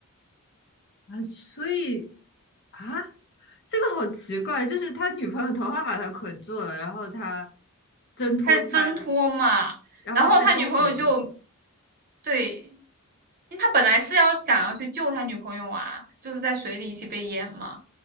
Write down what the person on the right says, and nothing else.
他是挣脱嘛，
然后他女朋友就对，因为他本来是要想要去救他女朋友啊，就是在水里一起被淹嘛，